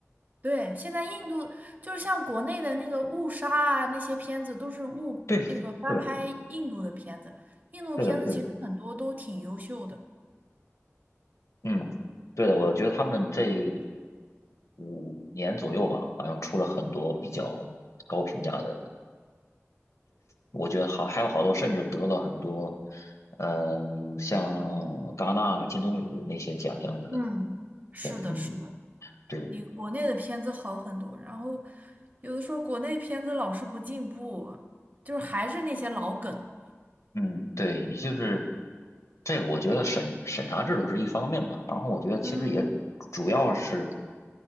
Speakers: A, on the right (about 35°); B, on the left (about 80°).
A: 对，现在印度就是像国内的那个误杀啊，那些片子都是误那个翻拍印度的片子，
B: 对，是的，
A: 印度片子其实很多都挺优秀的。
B: 对的，对的，嗯，对的，我觉得他们这五年左右吧，好像出了很多比较高评价的，我觉得好，还有好多甚至得了很多，嗯，像戛纳金棕榈那些奖项的
A: 嗯，是的，
B: 片，嗯，
A: 是的，
B: 对，
A: 比国内的片子好很多。然后有的时候国内片子老是不进步啊，就是还是那些老梗。
B: 嗯，对，也就是这个，我觉得审审查制度是一方面嘛，然后我觉得其实也主要是，
A: 嗯，